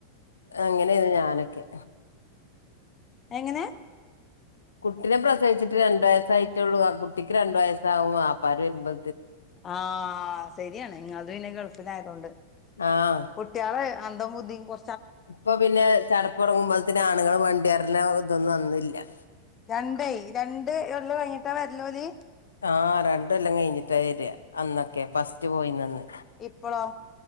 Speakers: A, on the left; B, on the left.
A: അങ്ങനെയത് ഞാനൊക്കെ
B: എങ്ങനേ
A: കുട്ടീനെ പ്രസവിച്ചിട്ട് രണ്ട് ആഴ്ചായിട്ടുള്ളൂ കുട്ടിക്ക് രണ്ടു വയസ്സാവും ആപ്പാർ വരുമ്പോ
B: ആ ശരിയാണ് ഇങ്ങതും പിന്നെ ഗൾഫിലായതോണ്ട്
A: ആഹ്
B: കുട്ടികള് <unintelligible> കൊ
A: ഇപ്പൊ പിന്നെ ചടപ്പ് തുടങ്ങുമ്പോ തന്ന് ആണുങ്ങള് വേണ്ടിവറന ഇതൊന്നും അന്നില്ലാ
B: രണ്ടേ രണ്ട് <unintelligible> കഴിഞ്ഞിട്ടാ വരല്ല് ഓല്
A: ആ രണ്ടൊല്ലം കഴിഞ്ഞിട്ടാ വര അന്നൊക്കെ ഫസ്റ്റ് പോയിന്നന്ന്
B: ഇപ്പളോ